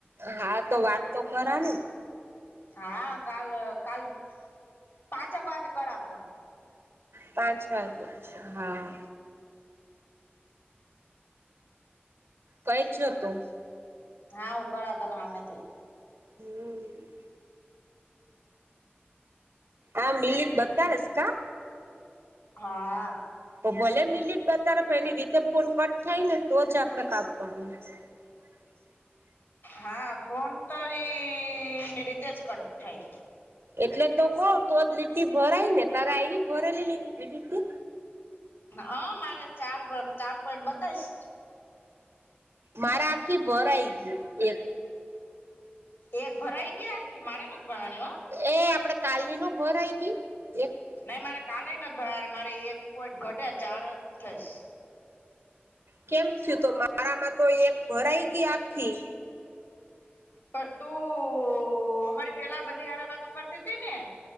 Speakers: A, on the right; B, on the left.
A: હા, તો વાત તો કરા ને?
B: હા, કાલ, કાલ પાંચક વાગે કરા ફોન.
A: પાંચ વાગતા, હા. કઈ જ જોતું?
B: હા, હું કળા તને હામેથી.
A: હમ આમ ડીલીટ બતાડસ કા?
B: હા
A: તો ભલે મિલિટ બતાડે પણ, એની રીતે ફોન કટ થાય ને, તો જ આપડે કાપવાનું <unintelligible>
B: હા, ફોન તો ઈ, એની રીતે જ કટ થાઈ.
A: એટલે તો કવ, તો જ લીટટી ભરાય ને, તારે આયવી ભરેલી લીટ, લીટી?
B: હ મારે ચાર, ચાર પોઈન્ટ બતાવેશ.
A: મારા આખી ભરાઈ ગ્યુ, એક.
B: એક ભરાઈ ગયા આખી? મારે નથ ભરાણી હો!
A: એ, આપડે કાલની નો ભરાઈ ગઈ? એક.
B: નહી, મારે કાલે નથી ભરાણી, મારે એક પોઈન્ટ ઘટે, ચાર જ થઈ સ.
A: કેમ થયું, તો મારામાં તો એક ભરાઈ ગઈ આખી.
B: પર તું અમારી પેલા બધી હારે વાતું કરતીતી ને?